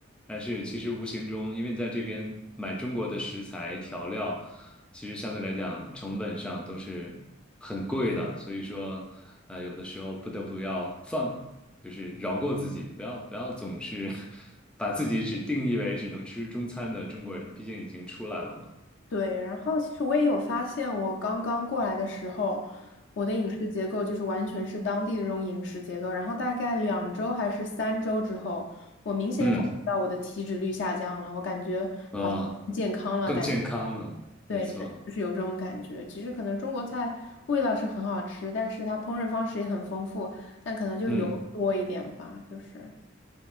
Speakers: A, in the centre; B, on the left.
A: 但是其实无形中，因为你在这边买中国的食材调料，其实相对来讲成本上都是很贵的，所以说，呃，有的时候不得不要放，就是饶过自己，不要不要总是 <laughs> 把自己只定义为只能吃中餐的中国人，毕竟已经出来了嘛。
B: 对，然后其实我也有发现，我刚刚过来的时候，我的饮食结构就是完全是当地的这种饮食结构。然后大概两周还是三周之后，我明显感觉到我的体脂率下降了，
A: 嗯。
B: 我感觉好像更健康了，
A: 啊、更健康了，
B: 感对，
A: 没错，
B: 这就是有这种感觉。其实可能中国菜味道是很好吃，但是它烹饪方式也很丰富，但可能就油多一点吧，
A: 嗯，
B: 就是